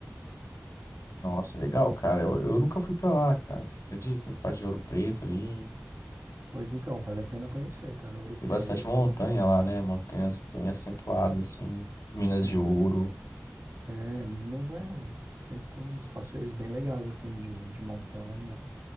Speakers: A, on the left (about 75°); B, on the right (about 55°).
A: Nossa, legal, cara. Eu, eu nunca fui pra lá, cara. Você acredita? Parte de Ouro Preto ali.
B: Pois então, vale a pena conhecer, cara. Ouro Preto.
A: Tem bastante montanha lá, né? Montanhas bem acentuadas, assim. Minas
B: É,
A: de Ouro.
B: É, Minas é sempre tem uns passeios bem legais assim de, de montanha,